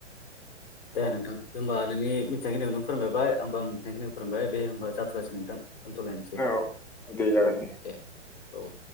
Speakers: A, on the left; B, in the centre.
A: दे नोंथां होमबा नोंनि मिथिनायखिनिखौ नों फोरमबाय आंबो आं मिथिनायखिनिखौ फोरमायबाय बे होमबा जाथ'लासै नोंथां। दोनथ'लायनोसै
B: आरो औ दे जागोन
A: औ- दे औ-